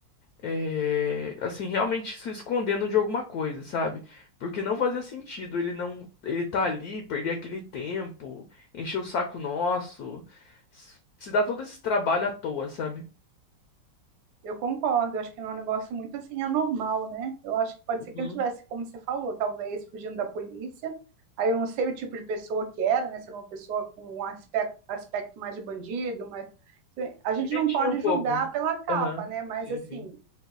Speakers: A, on the left; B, on the right.
A: é, assim, realmente se escondendo de alguma coisa, sabe? Porque não fazia sentido ele não, ele tá ali, perder aquele tempo, encher o saco nosso, s- se dar todo esse trabalho à toa, sabe?
B: Eu concordo, eu acho que não é um negócio muito assim anormal, né? Eu acho que pode
A: Uhum.
B: ser que ele tivesse, como você falou, talvez fugindo da polícia. Aí eu não sei o tipo de pessoa que era, né? Se era uma pessoa com um aspecto, aspecto mais de bandido, mas assim, a gente
A: Ele
B: não
A: tinha
B: pode
A: um pouco.
B: julgar pela capa,
A: Aham.
B: né? Mas
A: Sim,
B: assim,
A: sim.